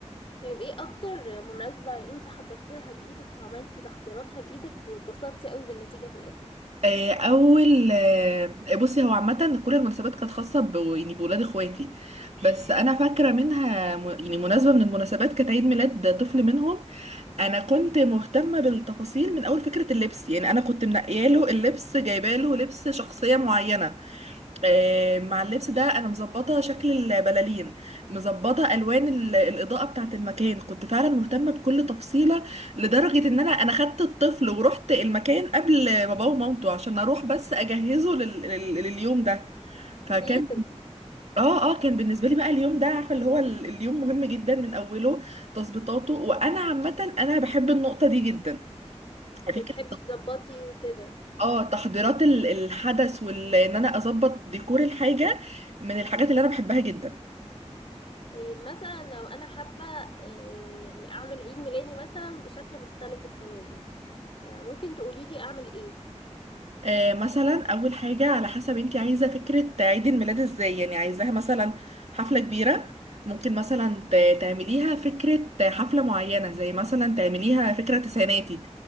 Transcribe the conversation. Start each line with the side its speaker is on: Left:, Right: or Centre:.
Left: طيب ايه اكتر مناسبة انتي حضرت لها بايدك وعملتي تحضيراتها بايدك واتبسطتي قوي بالنتيجة في الاخر
Right: آه، اول آه، بصي هو عامة كل المناسبات كانت خاصة ب... يعني بولاد اخواتي بس انا فاكرة منها م... يعني مناسبة من المناسبات كانت عيد ميلاد طفل منهم انا كنت مهتمة بالتفاصيل من اول فكرة اللبس يعني انا كنت منقياله اللبس جايباله لبس شخصية معينة آه، مع اللبس ده انا مظبطه شكل البلالين مظبطه الوان ال- الاضاءه بتاعه المكان كنت فعلا مهتمه بكل تفصيله لدرجه ان انا انا خدت الطفل ورحت المكان قبل باباه ومامته عشان اروح بس اجهزه لل... لل... لليوم ده فكان
Left: كرييتيف
Right: اه اه كان بالنسبه لي بقى اليوم ده عارفه اللي هو ال- اليوم مهم جدا من اوله تظبيطاته وانا عامه انا بحب النقطه دي جدا فكره
Left: بتحبي تظبطي كده
Right: اه تحضيرات ال- الحدث وان انا اظبط ديكور الحاجه من الحاجات اللي انا بحبها جدا
Left: طيب مثلا لو انا حابة آه، يعني اعمل عيد ميلادي مثلا بشكل مختلف السنة دي آه، ممكن تقولي لي اعمل ايه
Right: آه مثلا اول حاجه على حسب انت عايزه فكره عيد الميلاد ازاي يعني عايزاها مثلا حفله كبيره ممكن مثلا ت- تعمليها فكره حفله معينه زي مثلا تعمليها فكره تسعيناتي